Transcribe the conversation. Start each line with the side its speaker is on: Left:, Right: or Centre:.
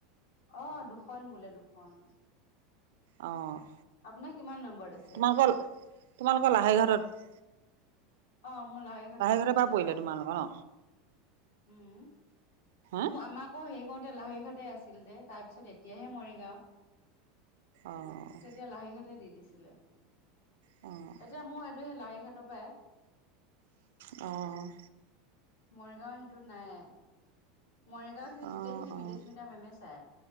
Left: অ', দুখন বোলে, দুখন।
Right: অ'।
Left: আপোনাৰ কিমান নম্বৰত আছে?
Right: তোমালোকৰ তোমালোকৰ লাহৰি ঘাতত
Left: অ', মোৰ লাহৰি ঘাটত দি
Right: ঘাটৰ
Left: দিছে
Right: পৰা পৰিলে
Left: আকৌ।
Right: তোমালোকৰ ন
Left: উম,
Right: হা
Left: মো আমাক অ', হেৰি কৰোতে লাহৰি ঘাটে আছিল যে, তাৰ পিছত এতিয়াহে মৰিগাও।
Right: অ',
Left: তেতিয়া লাহৰি ঘাটে দি দিছিলে।
Right: অ'।
Left: এতিয়া মোৰ এইটো সেই লাহৰি ঘাটৰ পৰাই।
Right: অ'।
Left: মৰিগাঁৱৰ সেইটোত নাই। মৰিগাঁও খিনি
Right: অ',
Left: গোটেইখিনি মিদুস্মিতা মেমে চাই।